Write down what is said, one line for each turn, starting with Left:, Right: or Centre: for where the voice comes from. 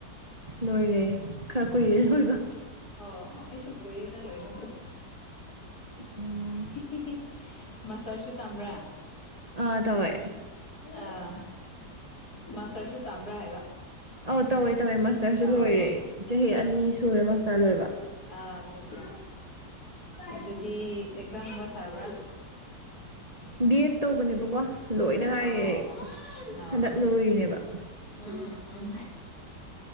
Right: ꯂꯣꯏꯔꯦ ꯈꯔ ꯀꯨꯏꯔꯦ ꯂꯣꯏꯕ
Left: ꯑꯣ ꯑꯣ ꯑꯩꯁꯨ ꯀꯨꯏꯔꯦꯗ ꯂꯣꯏꯕ
Right: ꯎꯝ
Left: <unintelligible> ꯃꯁꯇꯔꯁꯨ ꯇꯝꯕ꯭ꯔꯥ
Right: ꯑꯪ ꯇꯧꯋꯦ
Left: ꯑꯥ ꯃꯥꯁꯇꯔꯁꯨ ꯇꯝꯕ꯭ꯔꯥ ꯍꯥꯏꯕ
Right: ꯑꯧ ꯇꯧꯋꯦ ꯇꯧꯋꯦ ꯃꯥꯁꯇꯔꯁꯨ
Left: ꯑꯥ
Right: ꯂꯣꯏꯔꯦ
Left: ꯑꯥ
Right: ꯆꯍꯤ ꯑꯅꯤ ꯁꯨꯔꯦ ꯃꯥꯁꯇꯔ ꯂꯣꯏꯕ
Left: ꯑ ꯑꯆꯥ ꯑꯆꯥ ꯑꯗꯨꯗꯤ ꯑꯦꯛꯖꯥꯝꯒꯨꯕ ꯊꯥꯕ꯭ꯔꯥ
Right: ꯕꯤ ꯑꯦꯗ ꯇꯧꯕꯅꯦꯕꯀꯣ ꯂꯣꯏꯗ ꯉꯥꯏꯔꯤ
Left: ꯑꯣ
Right: ꯑꯩ
Left: ꯑꯣ ꯑꯥ
Right: ꯍꯟꯗꯛ
Left: ꯑꯥ
Right: ꯂꯣꯏꯔꯤꯅꯦꯕ
Left: ꯎꯝ ꯎꯝ